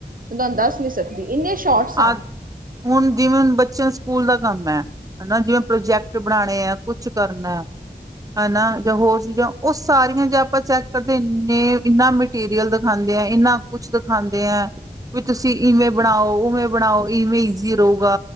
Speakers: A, on the right (about 55°); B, on the right (about 20°).
A: ਮੈਂ ਤਾਨੂੰ ਦੱਸ ਨੀਂ ਸਕਦ ਇੰਨੇ ਸ਼ੋਰਟਸ
B: ਆ
A: ਆਂ।
B: ਹੁਣ ਜਿਵੇਂ ਹੁਣ ਬੱਚਿਆਂ ਸਕੂਲ ਦਾ ਕੰਮ ਐ ਹਨਾਂ ਜਿਵੇਂ ਪ੍ਰੋਜੈਕਟ ਬਣਾਣੇ ਆ, ਕੁਛ ਕਰਨਾ ਹਨਾਂ ਜਾਂ ਹੋਰ ਚੀਜ਼ਾਂ ਓ ਸਾਰੀਆਂ ਜੇ ਆਪਾਂ ਚੈੱਕ ਕਦੇ ਇਨੇ ਇੰਨਾਂ ਮਟੀਰੀਅਲ ਦਿਖਾਂਦੇ ਐ, ਇੰਨਾ ਕੁਛ ਦਿਖਾਂਦੇ ਐ। ਵੀ ਤੁਸੀਂ ਇਵੇਂ ਬਣਾਓ ਬਣਾਓ ਇਵੇਂ ਇਆ ਜ਼ੀ ਰਹੂਗਾ